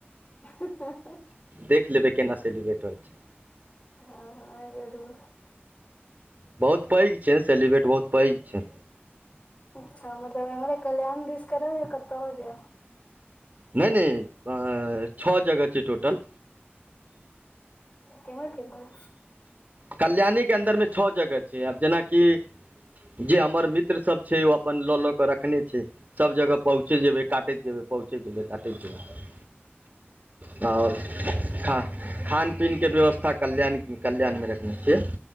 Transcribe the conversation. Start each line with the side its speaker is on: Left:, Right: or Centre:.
Left: <unintelligible>
Right: देख लेबै केना सेलिब्रेट होइ छैय।
Left: हँ हँ जरूर।
Right: बहुत पैघ छैय नऽ सेलिब्रेट बहुत पैघ छैय।
Left: अच्छा मतलब एम्हरे कल्याण दिस करब या कत्तौ और जाएब।
Right: नहि नहि अ-अ छह जगह छैय टोटल।
Left: केम्हर केम्हर।
Right: कल्याणी कें अन्दर में छह जगह छैय। आब जेनाकि जे हमर मित्र सब छैय, ओ अप्पन लऽ लऽ कऽ रखने छैय। सभ जगह पहुँचे जेबै काटैत जेबै। पहुँचैत जेबै काटैत जेबै। तऽ आओर
Left: हँ सही छै
Right: खा खान पीन के व्यवस्था कल्याण कल्याण में र के